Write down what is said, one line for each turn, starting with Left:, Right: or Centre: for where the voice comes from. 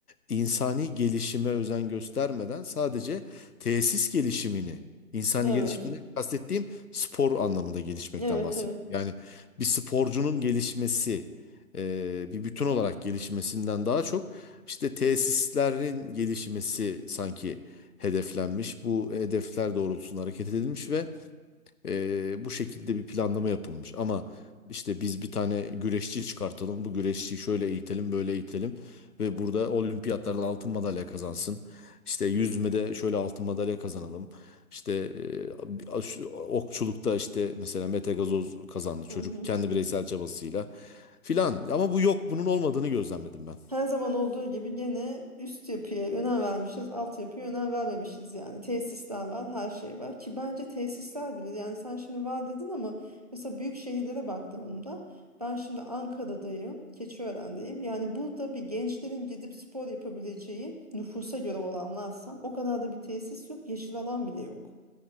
Left: insani gelişime özen göstermeden sadece tesis gelişimini, insani
Right: Evet.
Left: gelişimde kastettiğim spor anlamında gelişmekten
Right: Evet
Left: bahsediyorum.
Right: evet.
Left: Yani bir sporcunun gelişmesi, e, bir bütün olarak gelişmesinden daha çok işte tesislerin gelişmesi sanki hedeflenmiş. Bu hedefler doğrultusunda hareket edilmiş ve ee, bu şekilde bir planlama yapılmış. Ama işte biz bir tane güreşçi çıkartalım. Bu güreşçiyi şöyle eğitelim, böyle eğitelim. Ve burada olimpiyatlarda altın madalya kazansın. İşte yüzmede şöyle altın madalya kazanalım. İşte e, a- şu- okçulukta işte mesela Mete Gazoz kazandı çocuk
Right: Hı hı.
Left: kendi bireysel çabasıyla filan. Ama bu yok bunun olmadığını gözlemledim ben.
Right: Her zaman olduğu gibi gene üst yapıya önem vermişiz, alt yapıya önem vermemişiz yani. Tesisler var, her şey var ki bence tesisler bile yani sen şimdi var dedin ama mesela büyük şehirlere baktığımda ben şimdi Ankara'dayım, Keçiören'deyim. Yani burada bir gençlerin gidip spor yapabileceği nüfusa göre oranlarsam o kadar da bir tesis yok, yeşil alan bile yok.